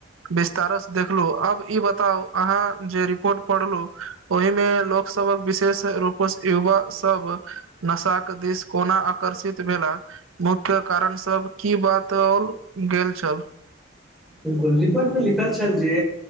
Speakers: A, on the right; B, in the centre.
A: विस्तारसँ देखलहु आब ई बताउ अहाँ जे रिपोर्ट पढ़लहु ओहि मे लोक सब विशेष रूप युवा सब नशा के दिस कोना आकर्षित भेला मुख्य कारण सब की बातओल गेल छल
B: बिल्कुल रिपोर्टमे लिखल छल जे